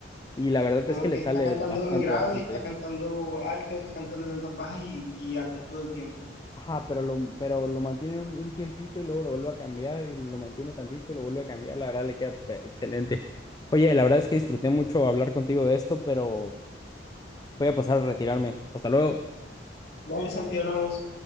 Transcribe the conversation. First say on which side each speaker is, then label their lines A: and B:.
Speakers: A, on the left; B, on the left.
A: Y la verdad
B: Como
A: es que
B: que
A: le
B: está
A: sale
B: cantando
A: bastante,
B: en grave,
A: bastante
B: está
A: bien.
B: cantando alto, está cantando en notas bajas y, y altas todo el tiempo.
A: Ajá, pero lo, pero lo mantiene un, un tiempito y luego lo vuelve a cambiar y lo mantiene tantito y lo vuelve a cambiar. La verdad le queda pe- excelente. Oye, la verdad es que disfruté mucho hablar contigo de esto, pero voy a pasar a retirarme. Hasta luego.
B: Vale, Santi, hablamos.